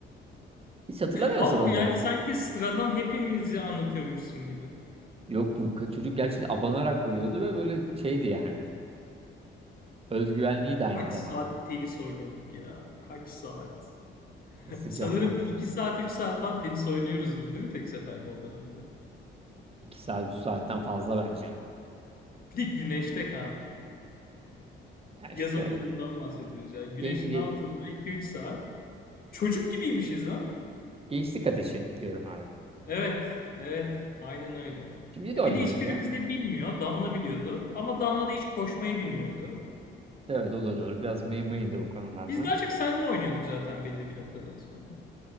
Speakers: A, on the right; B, on the left.
A: Hiç hatırlamıyor
B: Ama
A: musun onları?
B: bu yani sanki sıradan hepimizi anlatıyormuşsun gibi.
A: Yok bu ka- çocuk gerçekten abanarak vuruyordu ve böyle şeydi yani. Özgüvenliği de aynı
B: Kaç
A: zamanda.
B: saat tenis oynuyorduk ya? Kaç saat?
A: Sıcağından
B: <laughs> Sanırım bir iki saat, üç saat falan tenis oynuyoruzdur değil mi tek seferde o dönemde?
A: iki saat 3 saatten fazla bence.
B: Bir de güneşte kan.
A: Ya işte
B: Yaz okulundan bahsediyoruz. Yani güneşin
A: gen- ge-
B: altında iki üç saat. Çocuk gibiymişiz lan.
A: gençlik ateşi diyorum abi.
B: Evet, evet. Aynen öyle.
A: Şimdi de
B: E
A: oynarız
B: bir de hiçbirimiz
A: ya.
B: de bilmiyor. Damla biliyordu. Ama Damla da hiç koşmayı bilmiyordu.
A: Evet o da doğru. Biraz mıy mıydı o konularda.
B: Biz daha çok seninle oynuyorduk zaten belli bir noktadan sonra.